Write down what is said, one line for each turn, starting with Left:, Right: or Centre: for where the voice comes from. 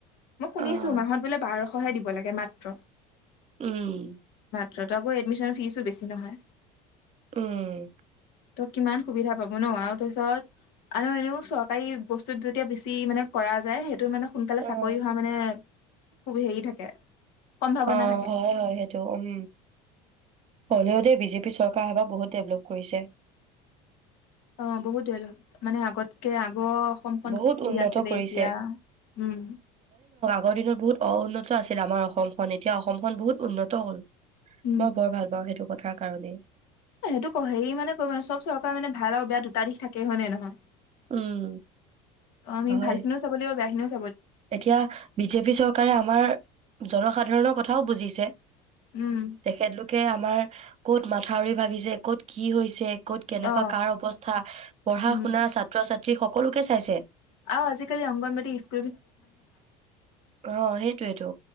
Left: মই শুনিছোঁ
Right: অ',
Left: মাহত বোলে। বাৰশহে দিব লাগে মাত্ৰ।
Right: উম।
Left: ত্ৰ তাকো এডমিশ্যনৰ ফিজো বেছি নহয়।
Right: উম
Left: ত কিমান সুবিধা পাব ন আৰু তাৰপিছত আৰু এনেও চৰকাৰী বস্তুত যেতিয়া বেছি মানে কৰা যায় সেইটো মানে। সোনকালে
Right: অ'।
Left: চাকৰি হোৱা মানে। খুব হেৰি থাকে। সম্ভাৱনা
Right: অ
Left: থাকে
Right: হয় হয় সেইটো উম। হ'লেও দেই বিজেপি চ চৰকাৰে সেইবাৰ বহুত ডেভলপ কৰিছে।
Left: অ বহুত হল। মানে আগতকে আ আগ অসমখন
Right: বহুত
Left: কি
Right: উন্নত
Left: আছিলে
Right: কৰিছে।
Left: এতিয়া উম
Right: গৰ দিনত বহুত অউন্নত আছিল আমাৰ অসমখন এতিয়া অসমখন বহুত উন্নত হ'ল।
Left: উম
Right: মই বৰ ভাল পাওঁ সেইটো কথা কাৰণে।
Left: সেইটো ক হেৰি মানে ক মানে চব চৰকাৰ মানে ভাল আৰু বেয়া দুটা দিশ থাকে হয় নে নহয়?
Right: উম,
Left: অ আমি
Right: হয়।
Left: ভালখিনিও চাব লাগিব বেয়াখিনিও
Right: এতিয়া বিজেপি চৰকাৰে আমাৰ জনসাধাৰণৰ কথাও বুজিছে
Left: উম
Right: তেখেতলোকে আমাৰ ক'ত মাথাউৰি ভাগিছে ক'ত কি হৈছে ক'ত কেনেকুৱা
Left: অ
Right: কাৰ অৱস্থা পঢ়া
Left: উম
Right: শুনা ছাত্ৰ ছাত্ৰী সকলোকে চাইছে
Left: আৰু আজিকালি অংগণবানদি স্ক
Right: অ সেইটোয়েটো